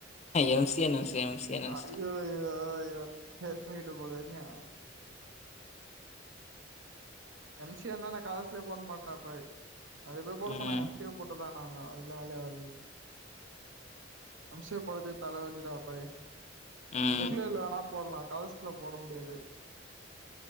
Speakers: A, on the left; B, on the right.
A: எம்சிஏ நெனச்சுட்டேன், எம்சிஏ நெனச்சுட்டேன்.
B: அ ஐயோ ஐயோ யோ சப்ணிட்ட போன மியா எம் சி ஏனா நா கரசுலயே போட மாட்ட அப்பேய் அது போய் போட
A: ம்,
B: சொன்னாங்க எம் சி ஏ போட்டு தான் அ அதனால வந்து அது எம் சி ஏ போடது தல வலிடா அப்பாயே
A: ம்,
B: ரெகுலர்ல வேனாப் போடலா கரஸ்ல போட முடியாது